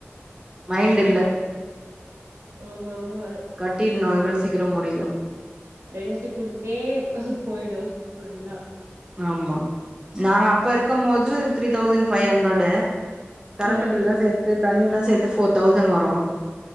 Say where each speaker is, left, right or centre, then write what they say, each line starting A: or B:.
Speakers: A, on the right (about 15°); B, on the right (about 65°).
A: மைண்ட் இல்ல
B: ஆமா. ஆமா
A: கட்டிணு
B: ஆமா
A: எவ்ளோ சீக்கிரொ முடியுதோ
B: ரெண்ட்டு குடுத்தே போயிடு ன்ன
A: ஆமா நாங்க அப்ப இருக்கு மோது three thousand five hundred current
B: ம்
A: பில்
B: அப்டியா
A: லா சேத்து தண்ணி ல்லா சேத்து ஃபோர் தௌசண்ட் வரு